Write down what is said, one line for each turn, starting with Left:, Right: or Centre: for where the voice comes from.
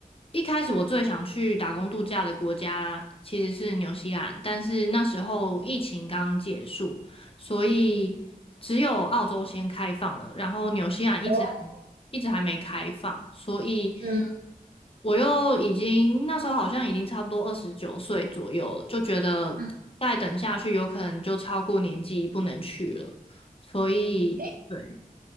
Left: 一开始我最想去打工度假的国家其实是纽西兰，但是那时候疫情刚结束。所以只有澳洲先开放了，然后纽西兰一直还
Right: 哦
Left: 一直还没开放，所以
Right: 嗯
Left: 我又已经那时候好像已经差不多二十九岁左右了，就觉得再等下去有可能就超过年纪不能去了，
Right: 嗯，
Left: 所以对，
Right: 诶，